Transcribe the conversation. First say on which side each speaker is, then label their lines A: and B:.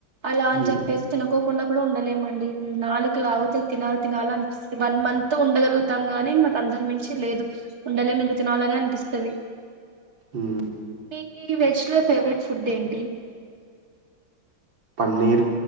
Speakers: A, on the right; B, on the right.
A: అలా అని
B: ఉమ్,
A: చెప్పేసి తినకోకుండా ఇప్పుడ ఉండలేమండి నాలుగు లాగుత తినాలి తినాలి అనిపిస్తుంది వన్ మంత్ ఉండగలుగుతాం గాని ఇంకా అంతకు మించి లేదు ఉండలే మీకు తినాలని అనిపిస్తుది
B: మ్మ్
A: మీకి వెజ్ లో ఫేవరెట్ ఫుడ్ ఏంటి
B: పన్నీర్